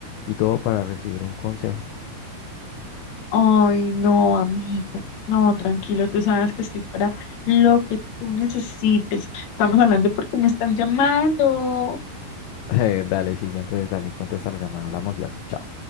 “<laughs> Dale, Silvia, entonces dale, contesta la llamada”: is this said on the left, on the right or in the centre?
Left